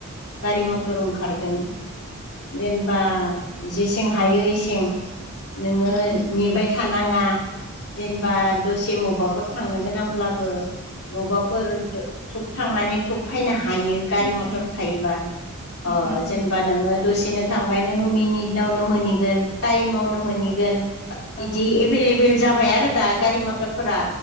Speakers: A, on the left; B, on the left.
A: गारि मथर
B: उम
A: ओंखारदों जेनेबा जेसें हायो एसें नोङो
B: उम उम
A: नेबाय थानाङा जेनेबा
B: फैनो
A: दसे बबाफोर थांनो गोनांब्लाबो बबाफोर <unintelligible> थांनानै थब फैनो हायो गारि मथर
B: हायो
A: थायोबा
B: उम
A: ओ जेनेबा
B: उम
A: नोङो दसेनो थांबाय नोङो मिनिटआवनो मोनहैगोन टाइमावनो मोनहैगोन
B: औ
A: इदि एभेलेबेल जाबाय आरो दा गारि मथरफोरा